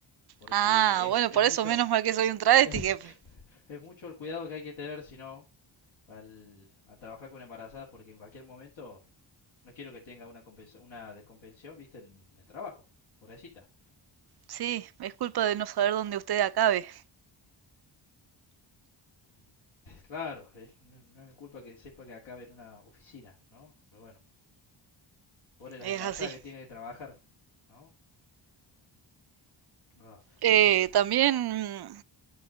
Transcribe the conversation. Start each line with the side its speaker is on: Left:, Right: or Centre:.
Left: Porque
Right: Ah,
Left: es,
Right: bueno,
Left: es
Right: por
Left: mucho,
Right: eso menos
Left: <laughs>
Right: mal que soy un travesti, jefe.
Left: Es mucho el cuidado que hay que tener, si no, al, al trabajar con embarazadas, porque en cualquier momento no quiero que tenga una, compensa- una descompensación, viste, en el trabajo, pobrecita.
Right: Sí, es culpa de no saber dónde usted acabe.
Left: Claro, es- no, no es mi culpa que sepa que acabe en una oficina, ¿no? Pero bueno, pobre las
Right: Es
Left: embarazadas
Right: así.
Left: que tengan que trabajar, ¿no? Ah,
Right: Eh,
Left: bueno.
Right: también